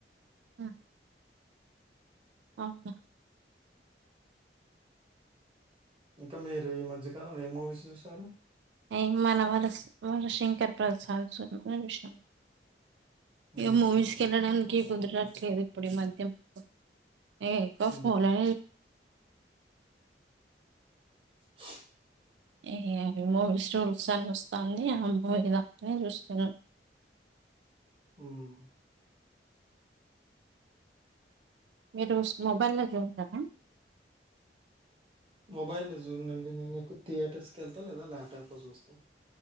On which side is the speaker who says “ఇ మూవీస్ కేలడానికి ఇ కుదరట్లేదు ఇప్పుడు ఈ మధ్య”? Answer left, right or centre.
Right